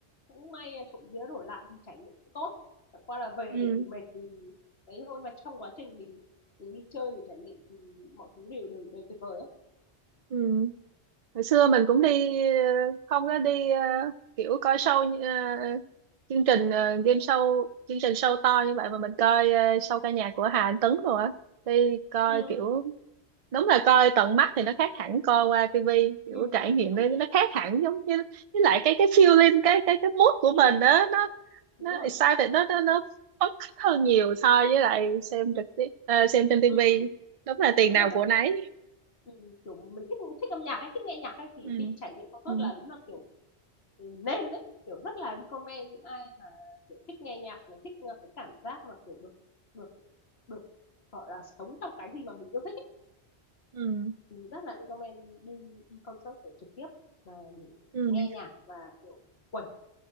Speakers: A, on the left (about 65°); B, on the right (about 45°).
A: cũng may là trộm vía đổi lại thì trải nghiệm cũng tốt chẳng qua là về
B: ừ
A: thì mệt thì đấy thôi mà trong quá trình mình mình đi chơi mình trải nghiệm thì mọi thứ đều đều, đều tuyệt vời á
B: ừ hồi xưa mình cũng đi ờ, không có đi ờ, kiểu coi show như- ờ, ờ, chương trình ờ, game show chương trình show to như vậy mà mình coi ờ, show ca nhạc của Hà Anh Tuấn rồi á đi coi
A: ừ
B: kiểu đúng là coi tận mắt thì nó khác hẳn coi qua tivi kiểu
A: ừ
B: trải nghiệm
A: đúng
B: nó nó khác hẳn giống như với lại cái cái feeling cái cái cái mood của
A: ừ
B: mình đó nó
A: đúng
B: nó
A: rồi
B: excited nó nó nó phấn khích hơn nhiều so với lại xem trực tiếp ờ, xem trên tivi
A: ừ
B: đúng là tiền
A: nếu
B: nào
A: mà
B: của nấy
A: Ừ, kiểu mình thích thích âm nhạc hay thích nghe nhạc hay thì
B: ừ
A: đi trải nghiệm concert
B: ừ
A: là đúng là kiểu ừ, nên đấy kiểu rất là recommend những ai mà kiểu thích nghe nhạc này thích uh, cái cảm giác mà kiểu được được được gọi là sống trong cái gì mà mình yêu thích ấy,
B: ừ
A: thì rất là recommend đi đi concert để trực tiếp mà để
B: ừ
A: nghe nhạc và kiểu quẩy